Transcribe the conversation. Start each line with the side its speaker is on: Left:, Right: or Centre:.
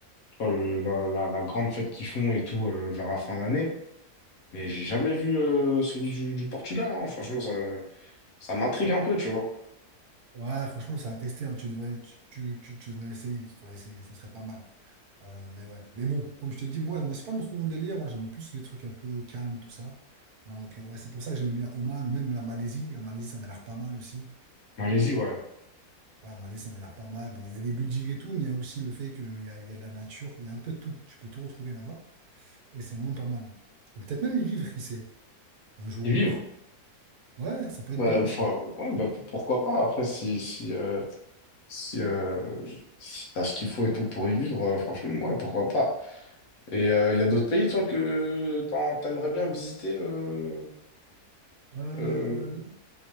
Left: tu vois, le- la, la- la grande fête qu'ils font et tout euh, vers la fin d'année. Mais j'ai jamais vu euh, celui du, du Portugal, hein. Franchement, ça, ça m'intrigue un peu, tu vois.
Right: Ouais, franchement, ça a testé. hein. Tu devrais, tu, tu, tu- tu devrais essayer. Tu devrais essayer. Ça serait pas mal. Euh, mais ouais. Mais bon, comme je te dis, moi, moi c'est pas trop mon délire. Moi, j'aime plus les trucs un peu calmes et tout ça. Donc, euh, ouais, c'est pour ça que j'aimais bien Oman ou même la Malaisie. La Malaisie, ça m'a l'air pas mal aussi.
Left: Malaisie, ouais.
Right: Ouais, Malaisie, ça m'a l'air pas mal. Bon, il y a des buildings et tout, mais il y a aussi le fait qu'il y a, il y a de la nature. Il y a un peu de tout. Tu peux tout retrouver là-bas. Et c'est vraiment pas mal. Et peut-être même y vivre, qui sait, un jour
Left: Et
Right: ou
Left: vivre.
Right: l'autre. Ouais, ça peut
Left: Ouais,
Right: être bien aussi.
Left: fin- ouais, bah, p- pourquoi pas. Après, si, si, euh, si, euh, si t'as ce qu'il faut et tout pour y vivre, euh, franchement, ouais, pourquoi pas. Et euh, il y a d'autres pays, toi, que t'en- t'aimerais bien visiter euh,
Right: Euh,
Left: euh,